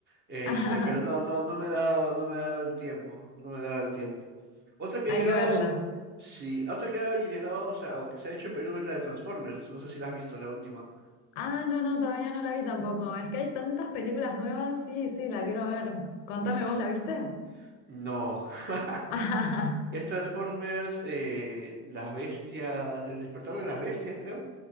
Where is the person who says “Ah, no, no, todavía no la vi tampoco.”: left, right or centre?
Left